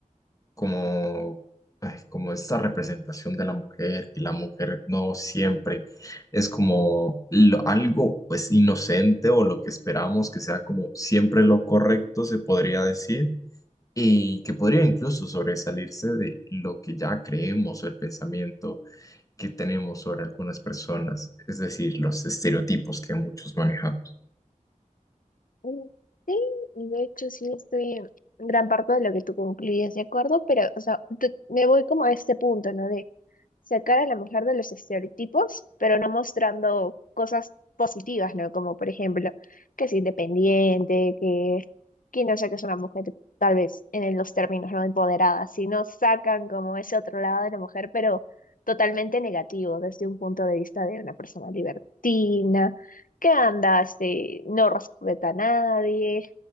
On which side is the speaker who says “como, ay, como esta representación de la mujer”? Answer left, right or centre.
Left